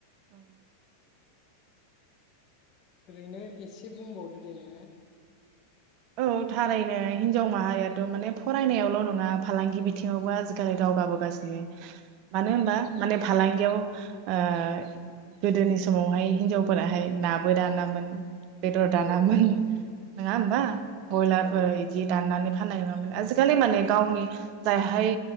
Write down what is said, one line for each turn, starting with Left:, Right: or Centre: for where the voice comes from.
Right: औ
Left: ओरैनो एसे बुंबावदो दे नोङो,
Right: औ थारैनो हिनजाव माहारियाथ' माने फरायनायावल' नङा फालांगि बिथिङावबो आजिखालि दावगाबोगासिनो, मानो होनबा माने फालांगि इहाव ओ गोदोनि समावहाय हिनजावफोराहाय नाबो दानामोन, बेदर दानामोन
Left: औ औ
Right: नङा होमबा,
Left: उम
Right: ब्रयलारफोर
Left: औ
Right: इदि दाननानै हानाय नङामोन आजिखालि माने गावनि जायहाय